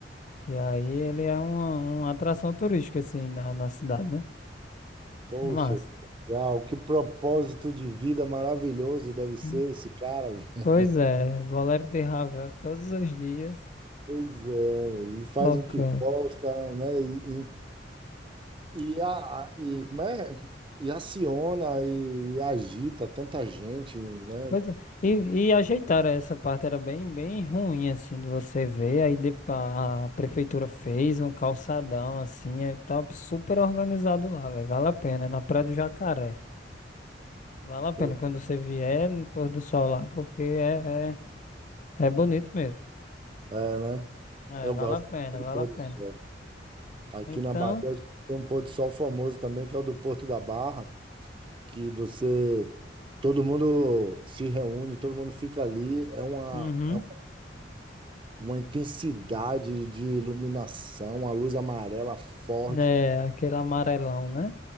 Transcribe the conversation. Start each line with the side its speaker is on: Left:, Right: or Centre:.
Left: E aí ele é uma, uma atração turística, assim, na, na cidade, né?
Right: Poxa,
Left: É massa.
Right: que legal. Que propósito de vida maravilhoso deve ser
Left: Hum.
Right: esse cara, <laughs> né?
Left: Pois é, Bolero de Ravel todos os dias
Right: Pois é, ele faz
Left: tocando.
Right: o que gosta, né? E E, a, a- e, como é? E aciona e, agita tanta gente, né?
Left: Pois é. E, e ajeitaram essa parte, era bem, bem ruim, assim, de você ver. Aí de- a, a prefeitura fez um calçadão, assim, é, tá super organizado lá, velho. Vale a pena, é na Praia do Jacaré. Vale a
Right: Tanto,
Left: pena quando você vier no pôr do sol lá, porque é, é, é bonito mesmo.
Right: é, né?
Left: É,
Right: Eu gosto
Left: vale a pena,
Right: do pôr
Left: vale a
Right: do
Left: pena.
Right: sol. Aqui
Left: Então,
Right: na Bahia a gente tem um pôr do sol famoso também, que é o do Porto da Barra, que você, todo mundo se reúne, todo mundo fica ali. É uma,
Left: uhum,
Right: é uma intensidade de iluminação, a luz amarela forte.
Left: né, aquele amarelão, né?